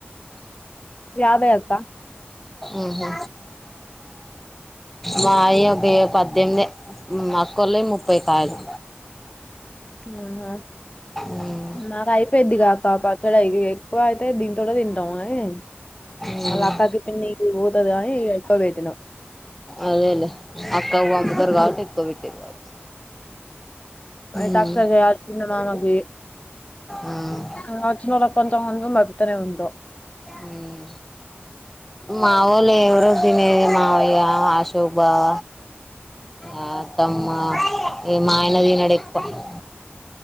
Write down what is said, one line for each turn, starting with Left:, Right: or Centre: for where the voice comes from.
Left: ఏబై అక్క
Centre: ఉహు మయి ఒక్క పడేనిమిది మా అక్కోలి ముపై కాయలు
Left: ఉహు
Centre: ఉమ్.
Left: పెద్దదిగా కాపాక్కడై ఎక్కువ అయితే దీని త తింటాము అన్ని
Centre: ఉమ్.
Left: మళ్ళీ అక్కాకి పిన్నికి పోతుంది అని అయిపో పెట్టినం
Centre: అదేలే అక్క పంపుతారు కావట్టి ఎక్కువ పెట్టటిరు కావచ్చు
Left: అయి
Centre: ఉమ్.
Left: తటారు చిన్న మామకు
Centre: ఉమ్.
Left: ఆ వచ్చినోలా కొంత మంది మతనే ఉంటాం
Centre: ఉమ్. మా వాళ్ళు ఎవరు తినేది మావయ్య అశోక్ బావ ఆ అత్తమ్మ ఇక మా ఆయన ఎక్కువ తినడు